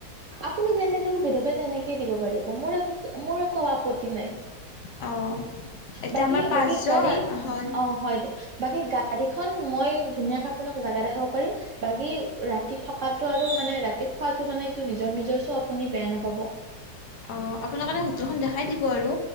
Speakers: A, on the right (about 60°); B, on the left (about 70°).
A: আপুনি যেনেকে সুবিধা পাই তেনেকে দিব পাৰি। মোৰ একো মোৰ একো আপত্তি নাই,
B: অ এতিয়া
A: বাকী
B: আমাৰ
A: -
B: পাঁচজন
A: বাকী গাড়ীৰ
B: হয়
A: অ 'হয়দে, বাকী গাড়ী। এখন মই ধুনীয়া কাপোৰ, আপোনাক জাগা দেখাব পাৰিম বাকী ৰাতি থকাটো আৰু মানে ৰাতি খোৱাত, ইটোমানে কিন্তু নিজৰ- নিজৰ চ' আপুনি বেয়া নাপাব।
B: অ' আপোনাক এনে হোটেলখন দেখাই দিব আৰু।